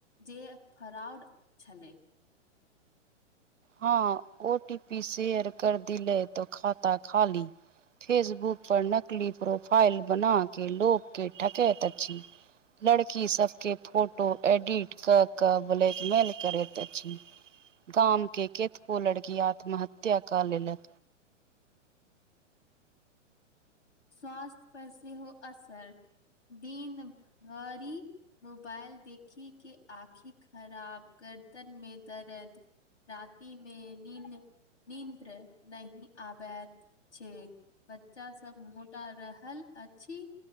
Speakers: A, on the left; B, on the right.
A: जे फराउड छलै
B: हँ ओ टी पी शेयर कर दिलै तो खाता खाली फेसबुक पर नकली प्रोफाइल बना के लोग के ठकैत अछी लड़की सबके फोटो एडिट क क ब्लैकमेल करैत अछि गाम के केतबो को लड़की आत्महत्या क लेलक
A: स्वास्थ्य पर सेहो असर दिन भरि मोबाइल देखी के आँखि खराब गर्दन में दर्द रति मे नींद नींद नही आबैत छै बच्चा सब मोट त रहल अछि